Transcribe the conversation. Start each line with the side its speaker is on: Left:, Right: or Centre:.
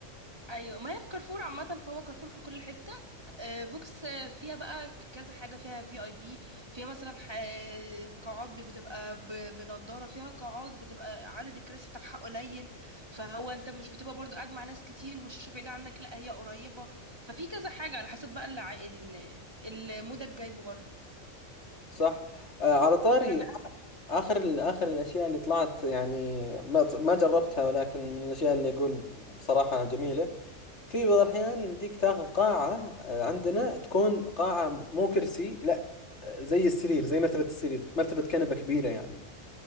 Right: ايوه ما هي في كارفور عامه فهو كارفور في كل حته آه، فوكس آه، فيها بقى كذا حاجه فيها في اي بي فيها مثلا ح- قاعات بتبقى ب- بنضاره فيها قاعات بتبقى عدد الكراسي بتاعها قليل فهو انت مش بتبقى برضو قاعد مع ناس كتير والشاشه بعيده عنك لا هي قريبه ففي كذا حاجه على حسب بقى اللي ع- ال- المودك جايبه برضو
Left: صح آه على طاري
Right: انا أ-
Left: آخر ال- آخر الأشياء اللي طلعت يعني ما ما جربتها ولكن من الأشياء اللي أقول بصراحة جميلة في بعض الأحيان يمديك تاخذ قاعة آه، عندنا تكون قاعة مو كرسي لا آه، زي السرير زي مرتبة السرير مرتبة كنبة كبيرة يعني